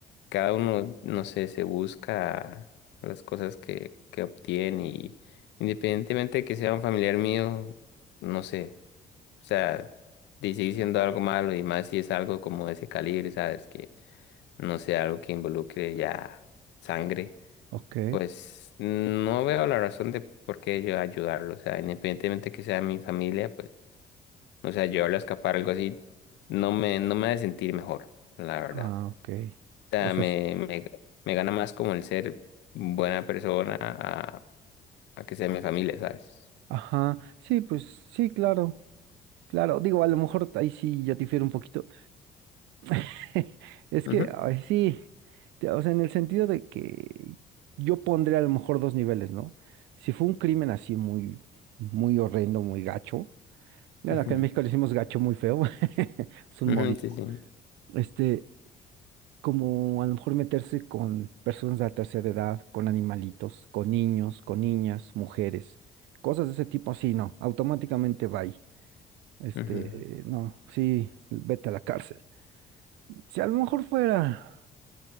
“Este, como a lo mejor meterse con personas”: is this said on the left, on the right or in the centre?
Right